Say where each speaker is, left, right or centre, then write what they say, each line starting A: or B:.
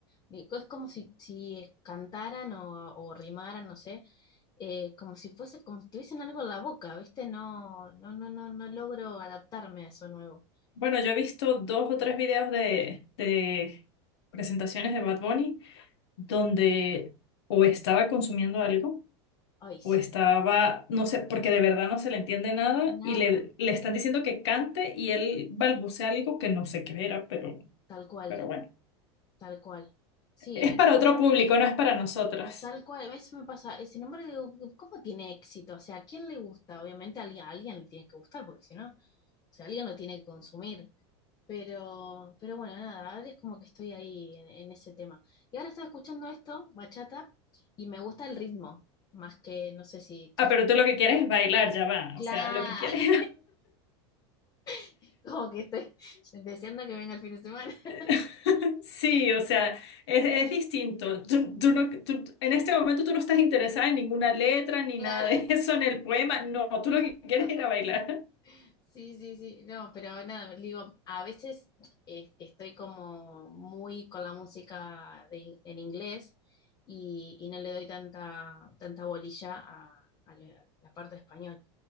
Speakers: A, on the left; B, on the left.
A: digo, es como si, si cantaran o, o rimaran, no sé. eh, como si fuese, como si tuviesen algo en la boca, ¿viste? No, no, no, no, no logro adaptarme a eso nuevo.
B: Bueno, yo he visto dos o tres videos de, de presentaciones de Bad Bunny donde o estaba consumiendo algo
A: Ay, sí,
B: o estaba, no sé, porque de verdad no se le entiende nada
A: nada.
B: y le, le están diciendo que cante y él balbucea algo que no sé qué era, pero,
A: Tal cual,
B: pero bueno,
A: tal cual. Sí,
B: es para
A: sí.
B: otro público, no es para nosotras.
A: Tal cual, a veces me pasa. Eh, Sin embargo, digo, ¿cómo tiene éxito? O sea, ¿a quién le gusta? Obviamente a alguien, a alguien le tiene que gustar, porque si no, o sea, alguien lo tiene que consumir. Pero, pero bueno, nada, ahora es como que estoy ahí en, en ese tema. Y ahora estaba escuchando esto, bachata, y me gusta el ritmo, más que, no sé si...
B: Ah, pero tú lo que quieres es bailar, ya va,
A: Claro,
B: o sea, lo que quieres
A: <laughs> como que estoy <laughs> deseando que venga el fin de semana. <laughs>
B: <laughs> Sí, o sea, es, es distinto. Tú, tú no, tú- en este momento tú no estás interesada en ninguna letra ni
A: Claro,
B: nada de eso en el poema. No, tú lo que quieres
A: totalmente.
B: es ir a bailar.
A: Sí, sí, sí, no, pero nada, digo, a veces eh, estoy como muy con la música de in- en inglés y, y no le doy tanta, tanta bolilla a, a la, a la parte español.